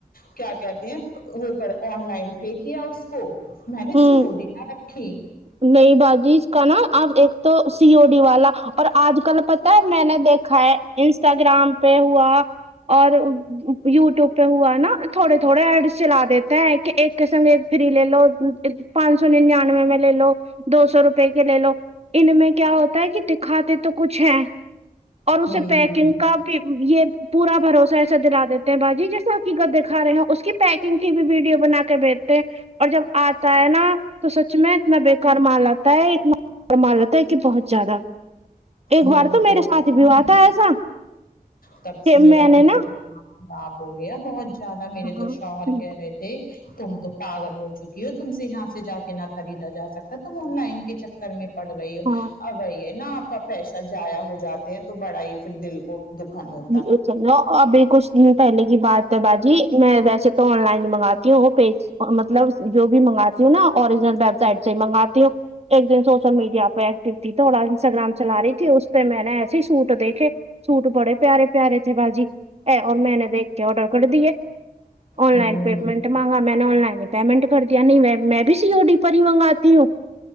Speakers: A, on the left; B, on the right.
A: کیا کہتے ہیں وہ کرتا آن لائن پے کیا اس کو میں نے
B: ہ ہ
A: سی او ڈی نہ رکھے
B: نئی باجی کا نا اب ایک تو سی او ڈی والا اور آج کل پتا ہے میں نے دیکھا ہے انسٹاگرام پہ ہوا اور یوٹیوب پہ ہوا نا تھوڑے تھوڑے ایڈ چلا دیتے ہیں کہ ایک سنگ فری لے لو پانچ سو ننانوے میں لے لو دو سو روپئے کے لے لو ان میں کیا ہوتا ہے کہ دکھاتے تو کچھ ہیں اور اسے
A: ہ ہ
B: پیکنگ کا بھی یہ پورا بھروسہ ایسا دلا دیتے ہیں باجی جیسےحقیقت دکھا رہے ہو اس کی پیکنگ کی بھی ویڈیو بنا کےدے اور جب آتا ہے نا تو سچ میں اتنا بیکار مال آتا ہے اتنا پر مان رہتا ہے کہ بہت زیادہ ایک
A: یہی
B: بار تو میرے
A: آپ
B: ساتھی بو آتا ایسا
A: تب سے
B: کہ
A: میرا
B: میں
A: تو
B: نے
A: اتنا
B: نا
A: دماغ خراب ہو گیا بہت زیادہ میرے
B: ہاں
A: تو شوہر کہہ رہے تھے تم تو پاگل ہو چکی ہو تم سے یہاں سے جا کے نہ خریدا جا سکتا تم آن لائن کے چکر میں پڑ رہی ہو
B: ہاں
A: اب یہ ہے نا آپ کا پیسہ جایا ہو جاتا ہیں تو بڑا ہی پھر دل کو دکھان ہو
B: آپ بالکل پہلے کی بات ہے باجی میں ویسے تو آن لائن منگاتی ہوں پی مطلب جو بھی منگاتی ہوں نا اوریجنل ویب سائٹ سے ہی منگاتی ہوں ایک دن سوشل میڈیا پہ ایکٹیو تھی تو تھوڑا انسٹاگرام چلا رہی تھی اس پہ میں نے ایسے سوٹ دیکھے سوٹ بڑے پیارے پیارے تھے باجی ا اور میں نے دیک کے آڈر کر دیے آن
A: ہوں
B: لائن پیمنٹ
A: ہ
B: مانگا میں نے آن لائن ہی پیمنٹ کر دیا نہیں میں بھی سی او ڈی پر ہی منگاتی ہوں